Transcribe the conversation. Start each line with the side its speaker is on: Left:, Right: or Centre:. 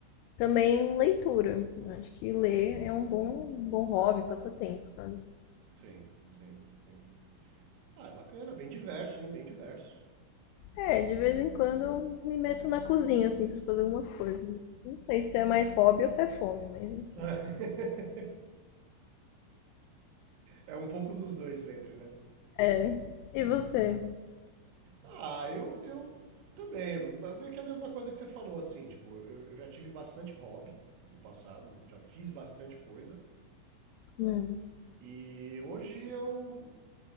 Left: também leitura. Eu Acho que ler é um bom, um bom hobby, passatempo, sabe?
Right: Sim, sim, sim. Ah, é bacana, bem diverso, hein? Bem diverso.
Left: É, de vez em quando eu me meto na cozinha, assim, pra fazer algumas coisas. Não sei se é mais hobby ou se é fome, mas enfim.
Right: <laughs> É um pouco dos dois sempre, né?
Left: É. E você?
Right: Ah, eu, eu também. mas Meio que a mesma coisa que você falou, assim, tipo, eu, eu já tive bastante hobby no passado, já fiz bastante coisa.
Left: Hum.
Right: E hoje eu,